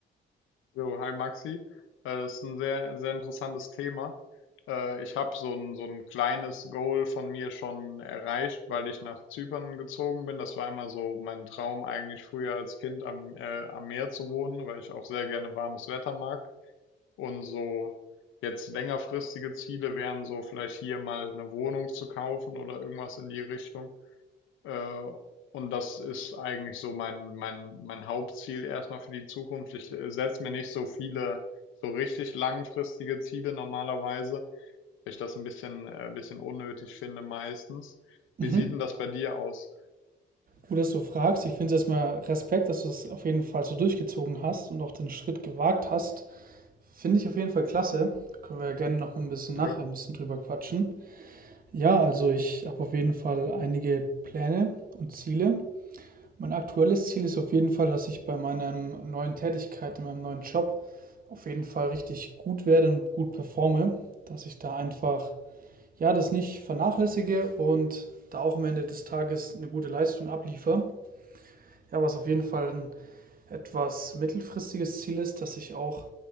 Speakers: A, on the left; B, on the right.
A: So, hi Maxi. Äh, Das ist ein sehr, sehr interessantes Thema. Äh, Ich habe so ein, so ein kleines Goal von mir schon erreicht, weil ich nach Zypern gezogen bin. Das war immer so mein Traum, eigentlich früher als Kind am, äh, am Meer zu wohnen, weil ich auch sehr gerne warmes Wetter mag. Und so jetzt längerfristige Ziele wären so vielleicht hier mal eine Wohnung zu kaufen oder irgendwas in die Richtung. Äh, und das ist eigentlich so mein, mein, mein Hauptziel erstmal für die Zukunft. Ich äh, setze mir nicht so viele, so richtig langfristige Ziele normalerweise, weil ich das ein bisschen, äh, bisschen unnötig finde meistens.
B: Mhm.
A: Wie sieht denn das bei dir aus?
B: Gut, dass du fragst. Ich finde es erstmal Respekt, dass du das auf jeden Fall so durchgezogen hast und auch den Schritt gewagt hast. Finde ich auf jeden Fall klasse. Da können wir ja gerne noch mal ein bisschen
A: Danke.
B: nachher ein bisschen drüber quatschen. Ja, also ich habe auf jeden Fall einige Pläne und Ziele. Mein aktuelles Ziel ist auf jeden Fall, dass ich bei meiner neuen Tätigkeit, in meinem neuen Job, auf jeden Fall richtig gut werde und gut performe. Dass ich da einfach, ja, das nicht vernachlässige und da auch am Ende des Tages eine gute Leistung abliefere. Ja, was auf jeden Fall ein etwas mittelfristiges Ziel ist, dass ich auch